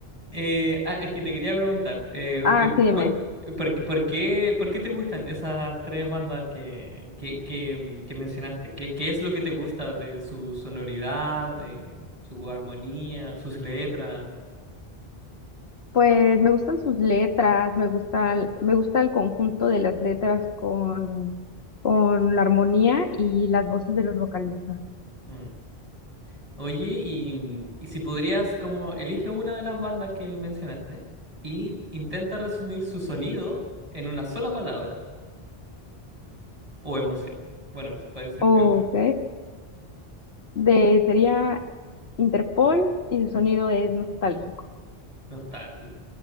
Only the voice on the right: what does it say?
eh, ah, es que te quería preguntar, eh,
eh,
por, por- por qué, por qué te gustan esas tres bandas que, que, que, mm, que mencionaste? ¿Qué, qué es lo que te gusta de su sonoridad, de su armonía, sus letras?
Mm. Oye, y, mm, y si podrías, como, elige una de las bandas que mencionaste y intenta resumir su sonido en una sola palabra o emoción. Bueno, puede ser,
eh, bueno,
nostálgico.